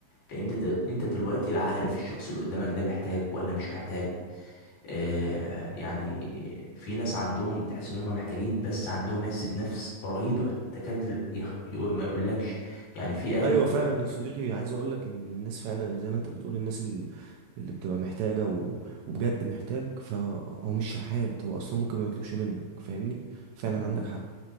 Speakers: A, on the left; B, on the right.
A: لان انت انت دلوقتي لا عارف الشخص اللي قدامك ده محتاج ولا مش محتاج آه يعني في ناس عندهم تحس ان هم محتاجين بس عندهم عزة نفس رهيبة تكاد يخ... يقول ما يقولكش يعني في آية
B: ايوه
A: بتقول
B: فعلا يا صديقي عايز اقول لك ان الناس فعلا زي ما انت بتقول الناس اللي, اللي بتبقى محتاجة و... وبجد محتاج فهو مش شحات هو اصلا ممكن ما يطلبش منك فاهمني فعلا
A: مم.
B: عندك حق